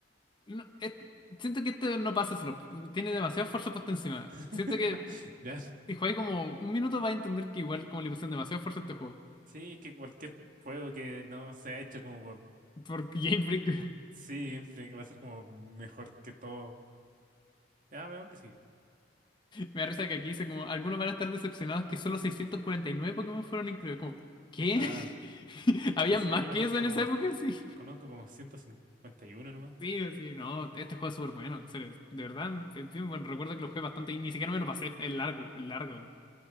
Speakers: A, on the left; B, on the right.
A: no- es- siento que este no pasa slop, tiene demasiado esfuerzo puesto encima.
B: <laughs>
A: Siento que
B: Ya.
A: si juegas como un minuto vas a entender que igual como le pusieron demasiado esfuerzo a este juego.
B: Sí, es que cualquier juego que no se ha hecho como por
A: Por Game Freak.
B: sí, siempre que va a ser como mejor que todo. Ya, veamos el que sigue.
A: Me da risa que aquí dice como, algunos van a estar decepcionados que solo 649 Pokémon fueron incluidos. Como, ¿qué?
B: Ah,
A: <laughs> ¿Habían
B: no sé,
A: más
B: yo
A: que
B: conozco
A: eso en
B: como
A: esa época?
B: te-
A: Sí,
B: conozco como 151 nomás.
A: sí, sí, no, este juego es súper bueno, en serio, de verdad, es bien bueno, recuerdo que lo jugué bastante y ni siquiera me lo pasé, es largo, es largo.